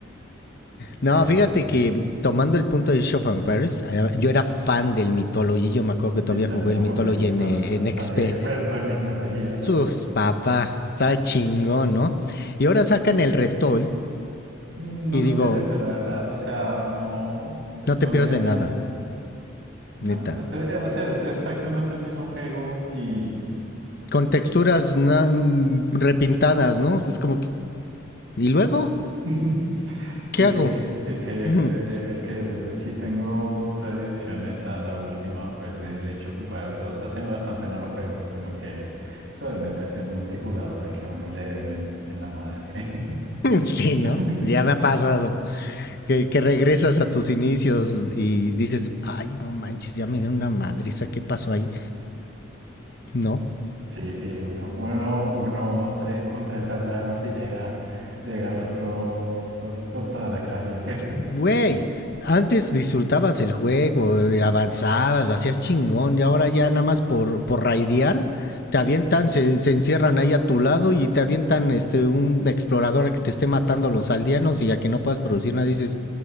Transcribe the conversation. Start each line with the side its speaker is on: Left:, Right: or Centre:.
Left: No,
Right: Eh,
Left: fíjate que tomando el punto de Age of Empires, eh, yo era fan del Mythology. Yo me acuerdo que
Right: sí,
Left: todavía
Right: también
Left: jugué
Right: lo
Left: el Mythology
Right: jugué.
Left: en,
Right: <laughs>
Left: eh, en
Right: Sería
Left: XP.
Right: experto en mitología después.
Left: Sus, papá, está chingón, ¿no? Y ahora sacan el Retol
Right: No
Left: y
Right: me
Left: digo,
Right: interesa, la verdad. O sea, no, pues
Left: no te
Right: no
Left: pierdas
Right: le añade.
Left: de nada.
Right: No,
Left: Neta.
Right: pues, eh, o sea, es exactamente el mismo juego y
Left: Con texturas mm, repintadas, ¿no? Es como que... ¿Y luego?
Right: <laughs> Sí,
Left: ¿Qué hago?
Right: el que, el que, eh,
Left: <laughs>
Right: el que sí tengo la edición esa, la última fue el de Age of Empires dos. Hace bastante no lo juego, sino que eso de meterse en multijugador a que a uno le den en, en la madre.
Left: sí, ¿no?
Right: <laughs>
Left: Ya me ha pasado. Que, que regresas a tus inicios y dices, ay, no manches, ya me dieron una madriza, ¿qué pasó ahí? No,
Right: Sí, sí, uno, uno, uno tre- con tres aldeanos y llega, llega al otro con, con toda la caballería.
Left: Güey, antes disfrutabas el juego, eh, avanzabas, lo hacías chingón, y ahora ya nada más por, por raidear, te avientan, se, se encierran ahí a tu lado y te avientan este un explorador que te esté matando a los aldeanos y ya que no puedas producir nada, dices,